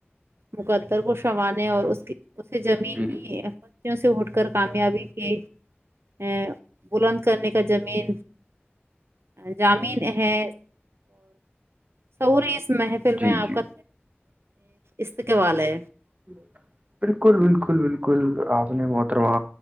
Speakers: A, on the right (about 75°); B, on the right (about 35°).
A: مقدر کو شوانے اور اس کی اسے زمین
B: جی
A: کی فوں سے اٹ کر کامیابی کے ا بلند کرنے کا زامن زامین ہے سورو اس محہ <unintelligible>
B: جی
A: میں آپ
B: جی
A: کا استقبال ہے
B: شکر اللہ بالکل بالکل بالکل آپ نے محترما